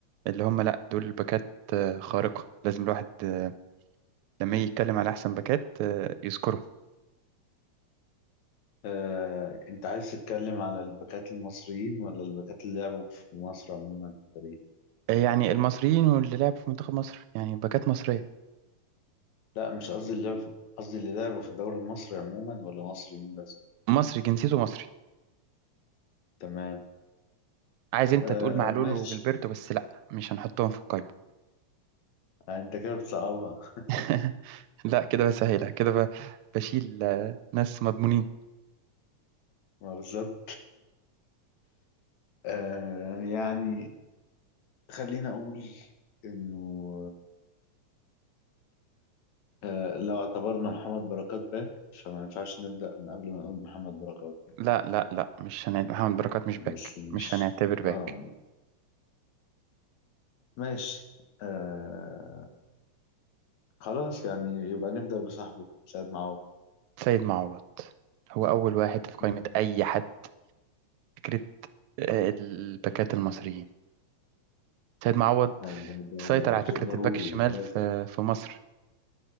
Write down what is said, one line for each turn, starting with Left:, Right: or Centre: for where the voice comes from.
Right: اللي هم لا دول الباكات آه، خارقة لازم الواحد آه، لما يجي يتكلم على احسن باكات آه، يذكره
Left: آه، انت عايز تتكلم على الباكات المصريين ولا الباكات اللي لعبوا في مصر عموما في التاريخ
Right: آه، يعني المصريين واللي لعبوا في منتخب مصر يعني باكات مصرية
Left: لا مش قصدي اللي لعبوا- قصدي اللي لعبوا في الدوري المصري عموما ولا مصريين بس
Right: مصري جنسيته مصري
Left: تمام
Right: عايز انت
Left: آه
Right: تقول معلول
Left: ماشي
Right: وجilberto بس لا مش هنحطهم في القائمة
Left: آه، انت كده بتصعبها <laughs>
Right: <laughs> لا كده بسهلها كده ب- بشيل آه، ناس مضمونين
Left: ما بالظبط آه يعني خلينا اقول انه آه، لو اعتبرنا محمد بركات باك فما ينفعش نبدأ من قبل ما نقول محمد بركات
Right: لا لا لا مش هنعتبر محمد بركات مش
Left: بس
Right: باك
Left: مش
Right: مش هنعتبر باك
Left: اه ماشي آه خلاص يعني يبقى نبدأ بصاحبه سيد معوض
Right: سيد معوض هو أول واحد في قائمة
Left: مم.
Right: أي حد فكرة آه، الباكات المصريين سيد معوض
Left: آه، ده, ده
Right: سيطر على فكرة
Left: شيء ضروري
Right: الباك الشمال
Left: يعني لازم
Right: في في مصر